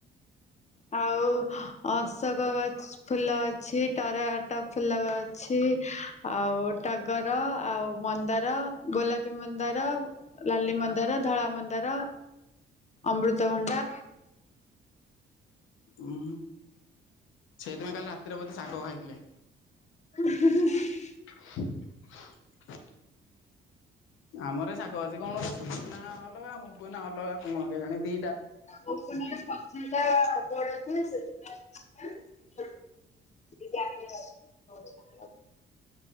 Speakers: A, on the left; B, on the left.
A: ଆଉ ଅଶୋକ ଗଛ ଫୁଲ ଅଛି ଟରଟା ଫୁଲ ଅଛି ଆଉ ଟା ଗର ଆଉ ମନ୍ଦାର, ଗୋଲାପୀ ମନ୍ଦାର ଲାଲି ମନ୍ଦାର, ଧଳା ମନ୍ଦାର, ଅମୃତଭଣ୍ଡା
B: ଉଁ ସେଇଥିପାଇଁ କାଲି ରାତିରେ ବୋଧେ ଶାଗ ଖାଇଥିଲେ।
A: <inaudible>
B: <inaudible> ଆମର ଶାଗ ଅଛି କଣ ଅ ସୁ ନା ଅଲଗା ମୁଗ ନା ଅଲଗା କଣ କେଜାଣି ଦି
A: <unintelligible> <unintelligible>